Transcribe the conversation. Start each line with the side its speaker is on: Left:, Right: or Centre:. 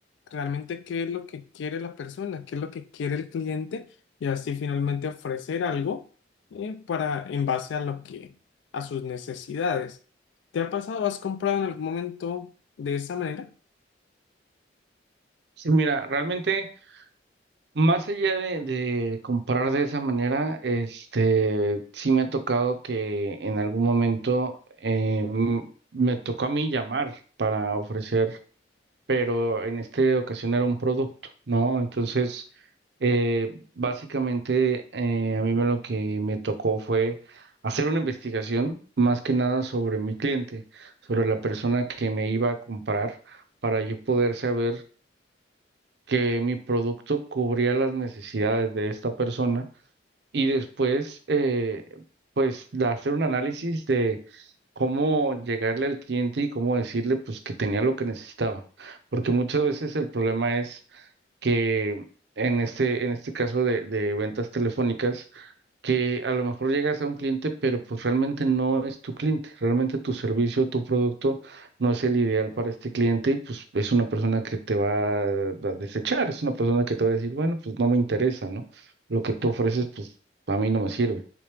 Left: realmente qué es lo que quiere la persona, qué es lo que quiere el cliente y así finalmente ofrecer algo eh, para en base a lo que, a sus necesidades. ¿Te ha pasado, has comprado en algún momento de esa manera?
Right: Sí, mira, realmente... Más allá de, de comprar de esa manera, este, sí me ha tocado que en algún momento eh, m- me tocó a mí llamar para ofrecer, pero en esta ocasión era un producto, ¿no? Entonces, eh, básicamente eh, a mí me lo que me tocó fue hacer una investigación más que nada sobre mi cliente, sobre la persona que me iba a comprar, para yo poder saber que mi producto cubría las necesidades de esta persona y después, eh, pues, de hacer un análisis de cómo llegarle al cliente y cómo decirle, pues, que tenía lo que necesitaba. Porque muchas veces el problema es que en este, en este caso de, de ventas telefónicas, que a lo mejor llegas a un cliente, pero pues realmente no es tu cliente, realmente tu servicio, tu producto no es el ideal para este cliente y pues es una persona que te va a desechar, es una persona que te va a decir, bueno, pues no me interesa, ¿no? Lo que tú ofreces, pues a mí no me sirve.